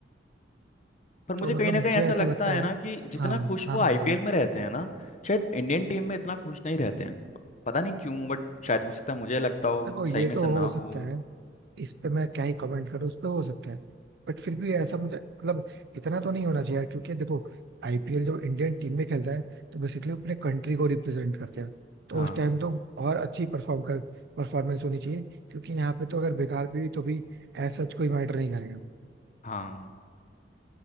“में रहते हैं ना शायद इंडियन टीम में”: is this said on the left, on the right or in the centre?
Left